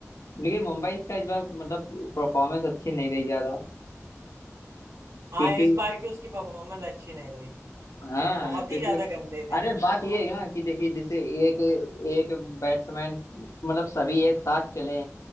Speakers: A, on the left; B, on the right.
A: लेकिन मुंबई का इस बार मतलब परफॉर्मेंस अच्छी नहीं रही ज्यादा
B: हाँ
A: क्योंकि
B: इस बार की उसकी परफॉर्मेंस अच्छी नहीं रही
A: हाँ
B: बहुत
A: क्योंकि
B: ही ज्यादा गंदे थे
A: अरे बात
B: हाँ
A: ये है ना कि देखिए जैसे एक एक बैट्समैन मतलब सभी एक साथ चले